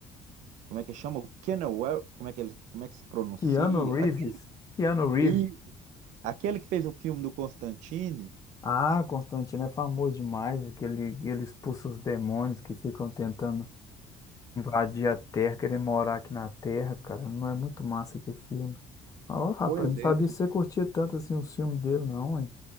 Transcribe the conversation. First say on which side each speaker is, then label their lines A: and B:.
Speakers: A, on the right; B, on the left.
A: como é que chama? O Kenan Well, como é que ele, como é que se pronuncia?
B: Keanu Reeves.
A: Aquele,
B: Keanu Reeves.
A: e, aquele que fez o filme do Constantine.
B: Ah, Constantino é famoso demais. Aquele, ele expulsa os demônios que ficam tentando invadir a Terra, querendo morar aqui na Terra, cara. Não é muito massa que filme. Ó, rapaz,
A: Pois
B: não sabia
A: é, fi-
B: que você curtia tanto assim o filme dele, não, hein?